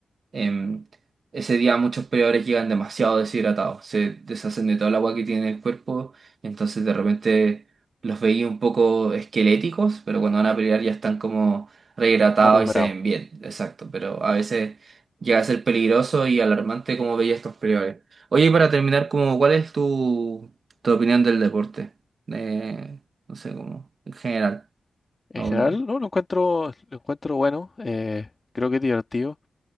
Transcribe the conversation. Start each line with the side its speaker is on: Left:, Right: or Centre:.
Right: Em, ese día muchos peleadores llegan demasiado deshidratados, se deshacen de toda el agua que tienen en el cuerpo, entonces de repente los veía un poco esqueléticos, pero cuando van a pelear ya están como rehidratados
Left: Más recuperado.
Right: y se ven bien, exacto, pero a veces llega a ser peligroso y alarmante como veía estos peleadores. Oye, y para terminar, como, ¿cuál es tu, tu opinión del deporte? Eh, no sé, como en general.
Left: En
Right: aún.
Left: general, no, lo encuentro, lo encuentro bueno. eh, creo que es divertido.